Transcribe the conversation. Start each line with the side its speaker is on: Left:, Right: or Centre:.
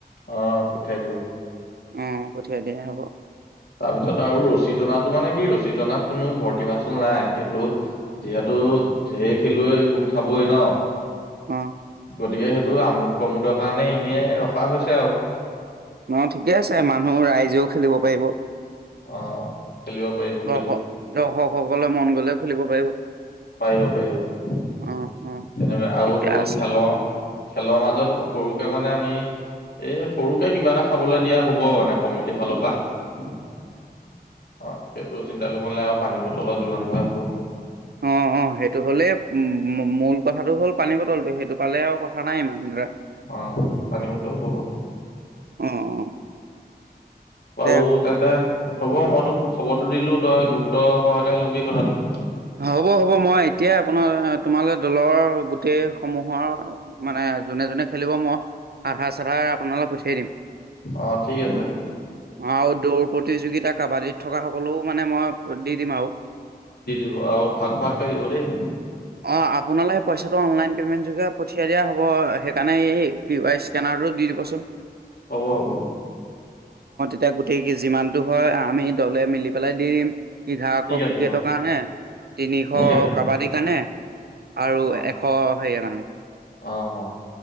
Left: অ', পঠিয়াই দিব।
Right: অ পঠিয়াই দিয়া হ'ব
Left: তাৰপিছত আৰু ৰচী টনাটো মানে কি, ৰচী টনাত কোনো ভৰ্তি মাচুল নাই, সেইটো যিহেতু ধেৰ খেলুৱৈ গোট খাবই ন।
Right: অ'।
Left: গতিকে সেইটো আমোদ প্ৰমোদৰ কাৰণে ইনেই ৰখা হৈছে আৰু।
Right: অ', ঠিকে আছে মানুহ-ৰাইজেও খেলিব পাৰিব।
Left: অ খেলিব পাৰিব সেইটো
Right: দৰ্শক দৰ্শকসকলে মন গ'লেও খেলিব পাৰিব।
Left: পাৰিব পাৰিব। তেনেহ'লে
Right: অ অ
Left: আৰু
Right: ঠিকে
Left: তোৰ
Right: আছে
Left: খেলৰ, খেলৰ মাজত সৰুকে মানে আমি এ, সৰুকে কিবা এটা খাবলৈ দিয়া হ'ব, মানে সমিতিৰ ফালৰ পৰা। অ', সেইটো চিন্ত চিন্তা কৰিব নালগে, আৰু পানী বটলৰ যোগান ধৰা হ'ব।
Right: অ', অ', সেইটো হ'লেই উম-মূল কথাটো হ'ল পানী বটলটো, সেইটো পালে আৰু কথা নাই ইমান ধৰা।
Left: অ', পানী বটল হ'ব।
Right: অ অ
Left: বাৰু,
Right: দে
Left: তেন্তে হ'ব মই তোক খবৰটো দিলো, তই গুৰুত্ব সহকাৰে ল'বি কথাটো।
Right: হ'ব হ'ব, মই এতিয়াই আপোনাৰ তোমালৈ দলৰ গোটেই সমূহৰ, মানে জোনে জোনে খেলিব, মই আধাৰ-চাধাৰ আপোনালৈ পঠিয়াই দিম।
Left: অ', ঠিক আছে হ'ব।
Right: আৰু দৌৰ প্ৰতিযোগিতা কাবাডীত থকা সকলো মানে মই দি দিম আৰু
Left: অ', আও ভাগ ভাগ কে দিব দেই।
Right: অ', আপোনালে সেই পইচাটো অনলাইন পেমেন্ট যোগে পঠিয়াই দিয়া হ'ব, সেইকাৰণে এই কে ওৱাই চি কেনাৰটো দি দিবচোন।
Left: হ'ব হ'ব।
Right: এতিয়া গোটেই যিমানটো হয় আমি দলে মিলি বেলাই দিম। ইঘাৰ
Left: ঠিক
Right: শ
Left: আছে
Right: কেইটকা
Left: হ'ব
Right: হে তিনিশ
Left: ঠিক আছে
Right: কাবাডী কানে আৰু
Left: অ
Right: এশ হেই কাআনে।
Left: অ অ